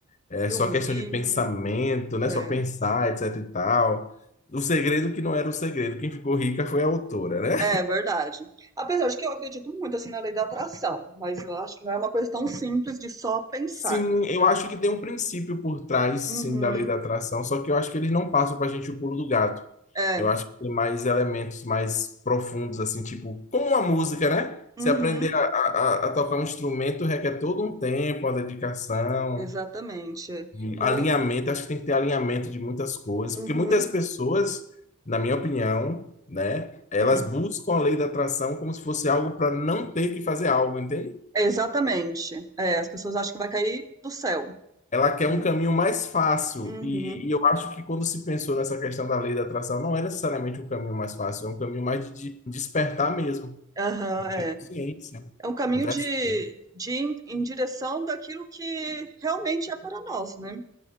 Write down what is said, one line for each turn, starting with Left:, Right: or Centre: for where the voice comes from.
Left: é
Right: Filme,
Left: só
Right: o
Left: questão
Right: livro.
Left: de pensamento, né,
Right: É,
Left: só pensar, etc e tal. O segredo que não era o segredo, quem ficou rica foi a autora, né?
Right: é verdade. Apesar de que eu acredito muito assim na lei da atração, mas eu acho que não é uma coisa tão simples de só pensar.
Left: Sim, eu acho que tem um princípio por trás,
Right: Uhum,
Left: sim, da lei da atração, só que eu acho que eles não passam pra gente o pulo do gato.
Right: é,
Left: Eu acho que tem mais elementos mais profundos, assim, tipo, como a música, né?
Right: uhum,
Left: Você aprender a, a- a- a tocar um instrumento requer todo um tempo, uma dedicação,
Right: exatamente.
Left: e
Right: Com,
Left: alinhamento. Acho que tem que ter alinhamento de muitas coisas,
Right: uhum,
Left: porque muitas pessoas, na minha opinião, né, elas
Right: hum,
Left: buscam a lei da atração como se fosse algo para não ter que fazer algo, entende?
Right: exatamente. É, as pessoas acham que vai cair do céu,
Left: Ela quer
Right: né?
Left: um caminho mais fácil.
Right: Uhum,
Left: E, e eu acho que quando se pensou nessa questão da lei da atração, não é necessariamente um caminho mais fácil, é um caminho mais de de despertar mesmo,
Right: aham,
Left: de
Right: é.
Left: ter consciência
Right: é um caminho
Left: das
Right: de,
Left: coisas.
Right: de ir em direção daquilo que realmente é para nós, né?